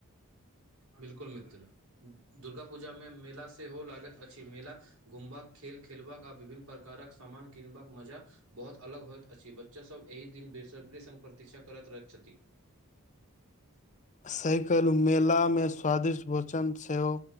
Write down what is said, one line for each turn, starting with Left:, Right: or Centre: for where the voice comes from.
Right: बिलकुल मित्र दु -दुर्गा पूजा मे मेला सेहो लागैत अछि। मेला- घुमबाक खेल खेलबाका आ विभिन्न प्रकारक सामान किनबाक मजा बहुत अलग होइत अछि। बच्चासभ एहि दिन बेसब्री सङ्ग प्रतीक्षा करैत रहैत छथि।
Left: सही कहलु मेला मे स्वादिष्ट भोचन सेहो